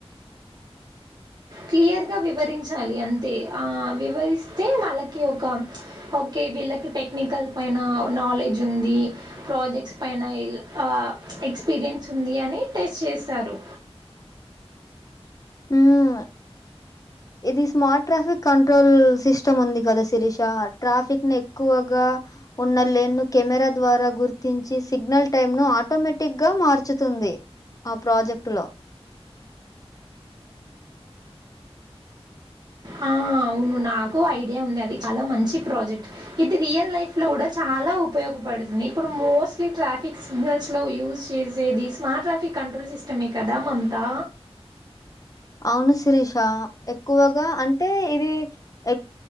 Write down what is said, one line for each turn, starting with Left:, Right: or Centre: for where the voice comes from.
Right: క్లియర్ గా వివరించాలి అంతే ఆ వివరిస్తే వాళ్ళకి ఒక ఓకె వీళ్ళకి టెక్నికల్ పైన నాలెడ్జ్ ఉంది. ప్రాజెక్ట్స్ పైన ఆ ఎక్స్పీరియన్స్ ఉంది అని టెస్ట్ చేస్తారు.
Left: ఉమ్ ఇది స్మార్ట్ ట్రాఫిక్ కంట్రోల్ సిస్టమ్ ఉంది కదా శిరీష ట్రాఫిక్ ని ఎక్కువగా ఉన్న లేను కెమెరా ద్వారా గుర్తించి సిగ్నల్ టైమ్ ను ఆటోమేటిక్ గా మార్చుతుంది. ఆ ప్రాజెక్ట్ లో
Right: ఆ అవును నాకు ఐడియా ఉంది. అది చాలా మంచి ప్రాజెక్ట్. ఇది రియల్ లైఫ్ లో కూడా చా లా ఉపయోగపడుతుంది. ఇప్పుడు మోస్ట్లీ ట్రాఫిక్ సిగ్నల్స్ లో యూస్ చేసేది smart traffic control system ఎ కదా మమతా
Left: అవును శిరీష ఎక్కువగా అంటే ఇది ఎక్